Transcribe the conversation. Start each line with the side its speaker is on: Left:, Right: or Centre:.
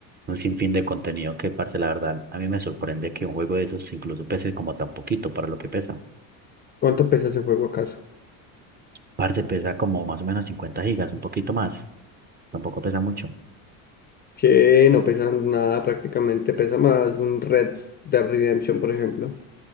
Right: un sinfín de contenido que, parce, la verdad, a mí me sorprende que un juego de esos incluso pese como tan poquito para lo que pesa.
Left: ¿Cuánto pesa ese juego acaso?
Right: Parce, pesa como más o menos 50 gigas, un poquito más, tampoco pesa mucho.
Left: Que no pesa nada prácticamente, pesa más un Red Dead Redemption, por ejemplo.